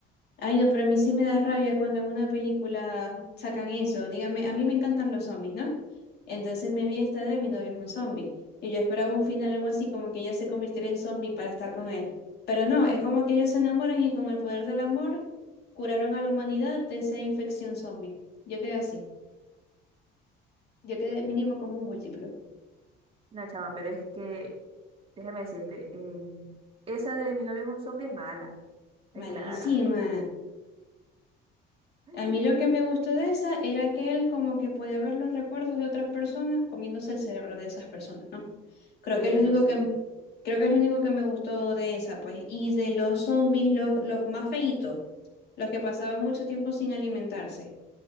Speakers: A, on the left; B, on the right.
A: Ay, no, pero a mí sí me da rabia cuando en una película sacan eso. Dígame, a mí me encantan los zombies, ¿no? Entonces me vi esta de mi novio es un zombie. Y yo esperaba un final algo así, como que ella se convirtiera en zombie para estar con él. Pero no, es como que ellos se enamoran y con el poder del amor curaron a la humanidad de esa infección zombie. Yo quedé así. Yo quedé mínimo como un múltiplo.
B: No, chama, pero es que Déjame decirte, em, esa de mi novio es un zombie es mala. Ay,
A: Malísima.
B: Clara. <laughs>
A: A mí lo que me gustó de esa era que él como que podía ver los recuerdos de otras personas comiéndose el cerebro de esas personas, ¿no? Creo
B: Eso
A: que es lo único
B: sí,
A: que, creo que es lo único que me gustó de esa, pues. Y de los zombies, los, los más feitos, los que pasaban mucho tiempo sin alimentarse.